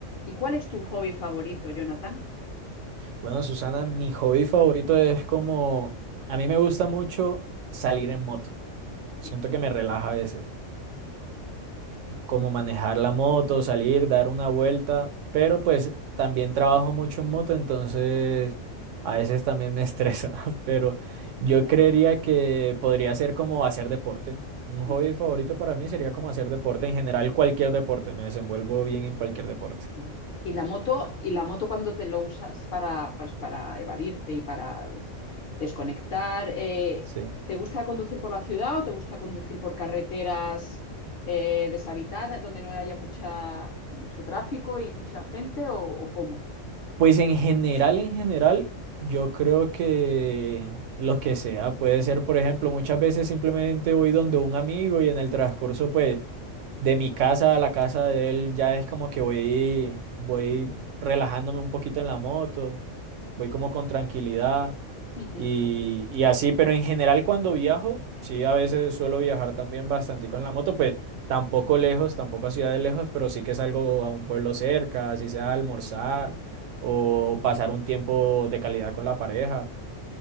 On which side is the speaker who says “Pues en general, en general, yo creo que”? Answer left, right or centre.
Right